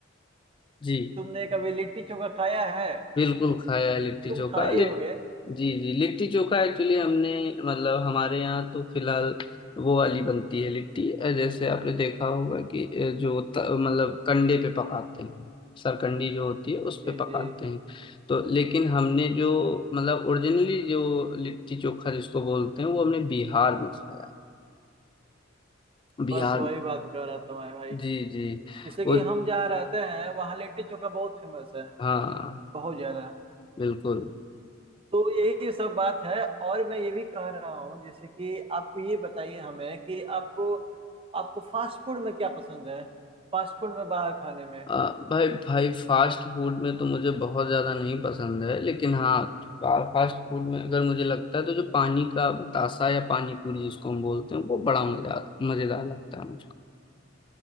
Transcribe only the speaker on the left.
जी
बिल्कुल खाया है लिट्टी
चोखा
लिट
जी जी लिट्टी चोखा एक्चुअली हमने मतलब हमारे यहाँ तो फिलहाल वो वाली बनती है लिट्टी अ, जैसे आपने देखा होगा कि अ, जो त- मतलब कंडे पे पकाते हैं सरकंडी जो होती है उस
पे पकाते
हैं तो लेकिन हमने जो मतलब ओरिजिनली जो लिट्टी चोखा जिसको बोलते हैं वो हमने बिहार में खाया है। बिहार
जी जी
वो
हाँ
बिल्कुल
आ, भाई भाई फास्ट फूड में तो मुझे बहुत ज्यादा नहीं पसंद है लेकिन हाँ फा- फास्ट फूड में अगर मुझे लगता है तो जो पानी का बतासा या पानी पूरी जिसको हम बोलते हैं वो बड़ा मजा मजेदार लगता है मुझको